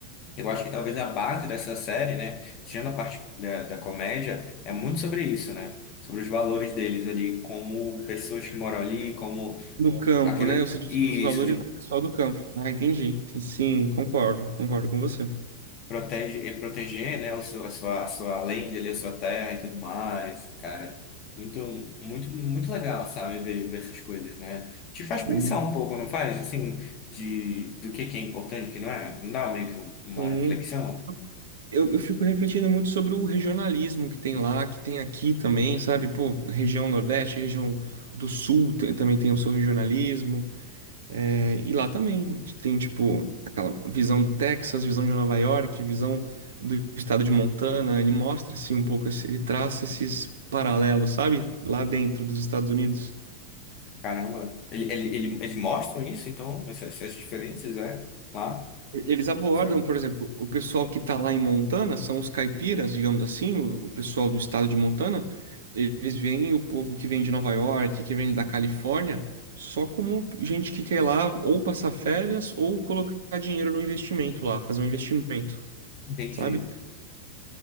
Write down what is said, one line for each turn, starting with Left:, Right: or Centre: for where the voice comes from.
Left: Eu acho que talvez a base dessa série, né, tirando a parte da, da comédia, é muito sobre isso, né? Sobre os valores deles ali, como pessoas que moram ali, como
Right: No campo,
Left: aquele,
Right: né? Você diz
Left: e
Right: os valores
Left: isso
Right: do pessoal do campo. Ah, entendi. Sim, concordo. Concordo com você.
Left: protege, e proteger, né, o seu, a sua, a sua lenda ali, a sua terra e tudo mais, cara. Muito, muito, muito legal, sabe, ver, ver essas coisas, né? Te faz pensar
Right: Sim.
Left: um pouco, não faz? Assim, de, do que que é importante, o que não é? Não dá meio que uma
Right: Sim.
Left: reflexão?
Right: Eu, eu fico refletindo muito sobre o regionalismo que tem lá, que tem aqui também, sabe? Pô, região Nordeste, região do Sul tem- também tem o seu regionalismo. É, e lá também tem, tipo, aquela visão do Texas, visão de Nova York, visão do estado de Montana. Ele mostra, assim, um pouco, esse- ele traça esses paralelos, sabe? Lá dentro dos Estados Unidos.
Left: Caramba, ele, ele, ele, eles mostram isso, então, essas, essas diferenças, é? Lá,
Right: Eles abordam,
Left: sabe?
Right: por exemplo, o pessoal que está lá em Montana, são os caipiras, digamos assim, o, o pessoal do estado de Montana, eles veem o povo que vem de Nova York, que vem da Califórnia, só como gente que quer lá ou passar férias ou colocar dinheiro no investimento lá, fazer um investimento,
Left: Entendi.
Right: sabe?